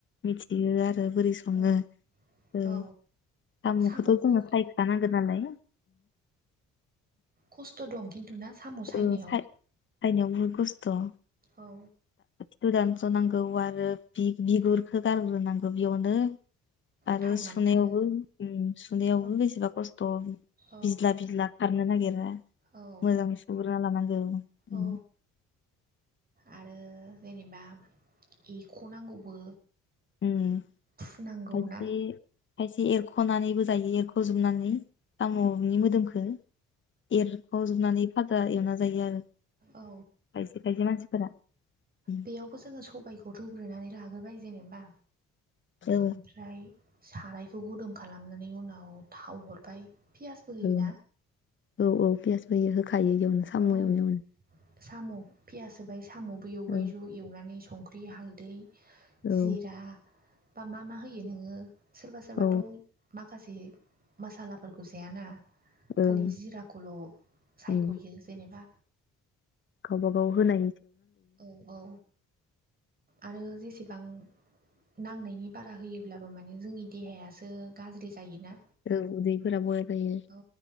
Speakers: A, on the left (about 40°); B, on the right (about 30°).
A: मिथियो आरो बोरै सङो
B: औ
A: साम'खौथ'
B: औ साम'खौ
A: जोङो सायखानांगोन नालाय
B: खसथ' दं थु ना साम' सायनायाव
A: औ साय सायनायाव बुहुद खस्थ'
B: औ
A: खिथु दानस'नांगौ आरो बिगुरखौ गारग्रोनांगौ बेयावनो आरो
B: टाइमानो
A: सुनायावबो
B: थाङो
A: सुनायावबो
B: औ
A: बेसेबा खसथ'
B: औ
A: बिजला बिजला खारनो नागिरा
B: औ
A: मोजां सुग्रोना लानांगौ उम
B: औ आरो जेनेबा एख' नांगौबो
A: उम
B: फुनांगौ
A: खायसे
B: ना
A: खायसे एरख'नानैबो जायो एरख'जोबनानै साम'नि मोदोमखौ एरख'वजोबनानै फाजा एवना जायो आरो खायसे
B: औ
A: खायसे मानसिफोरा उम
B: बेयावबो जोङो सबायखौ दुग्रोनानै लाग्रोबाय जेनेबा
A: औ औ
B: ओमफ्राय सारायखौ गुदुं खालामनायनि उनाव थाव हरबाय पियासबो होयोना
A: औ औ औ पियासबोयो होखायो बेयावनो साम'
B: औ
A: एवनायावनो
B: साम' पियास होबाय साम'बो एवबाय
A: औ
B: ज' एवनानै संख्रि हालदै
A: औ
B: जिरा बा मा मा होयो नोङो सोरबा सोरबाथ'
A: औ
B: मा माखासे मसालाफोरखौ जायाना
A: ओं
B: खालि जिराखौल' सायख'यो
A: उम
B: जेनेबा
A: गावबा गाव होनाय
B: औ औ आरो जेसेबां नांनायनि बारा होयोब्लाबो माने जोंनि देहायासो गाज्रि जायोना।
A: औ उदैफोराबो बया जायो।
B: औ